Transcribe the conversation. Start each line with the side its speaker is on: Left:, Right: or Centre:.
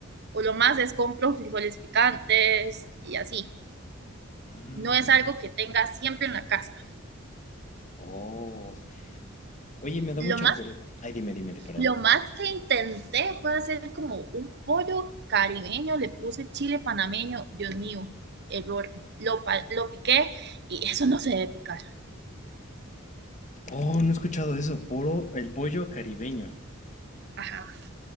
Right: o lo más es compro frijoles picantes y así.
Left: Mm,
Right: No es algo que tenga siempre en la casa.
Left: Oh, oye, me da
Right: Lo
Left: mucha
Right: más
Left: curiosidad. Ay, dime, dime, di- perdón.
Right: Lo más que intenté fue hacer como un pollo caribeño, le puse chile panameño, Dios mío, error. Lo, pa- lo piqué y eso no se debe picar.
Left: Oh, no he escuchado eso. Poro, el pollo caribeño.
Right: Ajá.